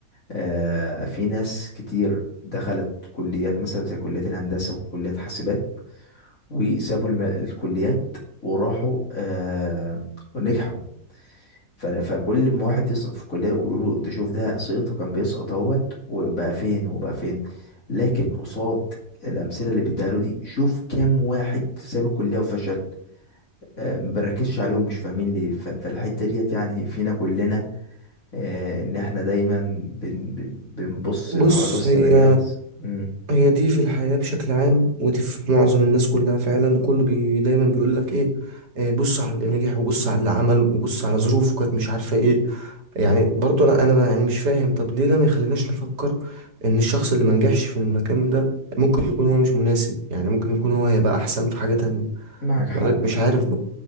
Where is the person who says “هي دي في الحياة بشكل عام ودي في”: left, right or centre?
Right